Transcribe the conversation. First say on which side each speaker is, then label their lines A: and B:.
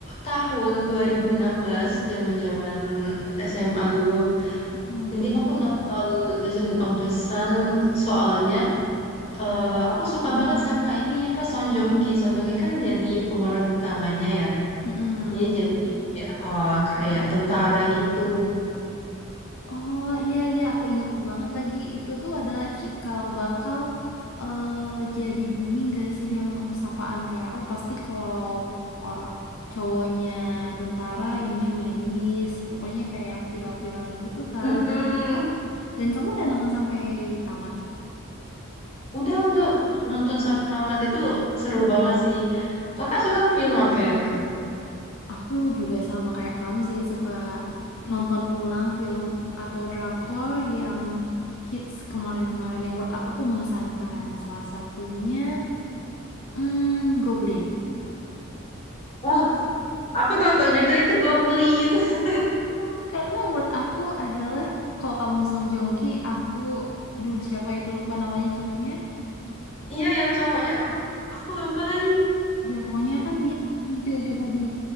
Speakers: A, on the left; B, on the left.
A: tahun 2016 zaman-zaman SMA dulu.
B: Mm,
A: Jadi aku nonton Legend of the Sun soalnya eh, aku suka banget sama ini apa Song Joong Ki. Song Joong Ki kan jadi pemeran utamanya ya.
B: mm-mm.
A: Dia jadi eh, kayak tentara gitu.
B: Oh iya iya aku inget banget lagi. Itu tuh ada cikal bakal eh jadi booming gak sih yang sapaan kayak oh pasti kalau orang cowoknya tentara ininya medis. Pokoknya kayak yang viral-viral gitu kan.
A: Mm-mm.
B: Dan kamu udah nonton sampai tamat?
A: Udah udah nonton sampai tamat itu seru banget sih. Kakak suka film apa ya kak?
B: Aku juga sama kayak kamu sih suka nonton ulang film atau drakor yang hits kemarin-kemarin yang menurut aku tuh mengesankan. Salah satunya hmm, Goblin.
A: Oh, aku nonton juga itu Goblin. <laughs>
B: Iya, Karena menurut aku adalah kalau kamu Song Joong Ki, aku duh siapa itu lupa namanya cowoknya.
A: Iya yang cowoknya. Aku aku lupa lagi.
B: Ya pokoknya kan dia muncul juga di